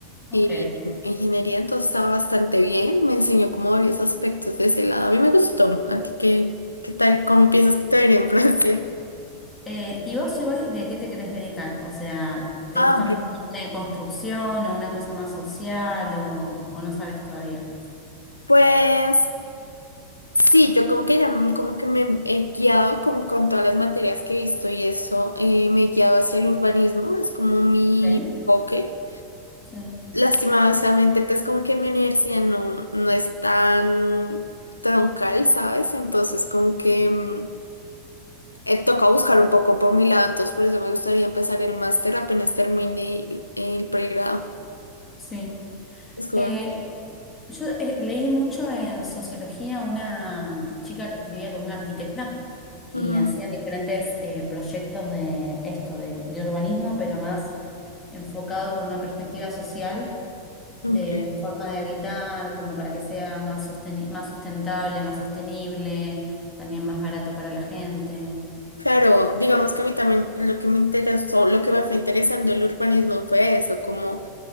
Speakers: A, on the left (about 15°); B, on the left (about 85°).
A: Ok.
B: Y ingeniería entonces estaba bastante bien, me enseñó como varios aspectos de ese lado. A mí me gustó. ¿A ti qué, qué tal? ¿Cómo piensas que te vería en <laughs> Francia?
A: Eh, ¿y vos igual de qué te querés dedicar? O sea, ¿te
B: Ah,
A: gusta
B: ok.
A: más la parte de construcción o una cosa más social o, o no sabes todavía?
B: Pues sí, yo como que ya m- como que me he guiado como con todas las materias que he visto y eso, eh, me he guiado hacia el urbanismo, es como mi
A: Ok,
B: enfoque.
A: Sí,
B: Lastimadamente, pues como que mi universidad no, no es tan troncal, ¿sabes? Entonces como que... mm, eh, toca buscar un poco por mi lado, entonces por eso me gustaría empezar el máster apenas termine el, el pregrado.
A: sí.
B: Es como,
A: Eh, yo eh, leí mucho en sociología una mm, chica que escribía con una arquitecta y
B: ujú,
A: hacían diferentes eh, proyectos de esto, de, de urbanismo, pero más enfocado con una perspectiva social
B: ok.
A: de la forma de habitar, como para que sea más sosteni- más sustentable, más sostenible, también más barato para la gente.
B: Claro, digamos que a mí también lo que me interesó, lo que me fue interesando el urbanismo fue eso, como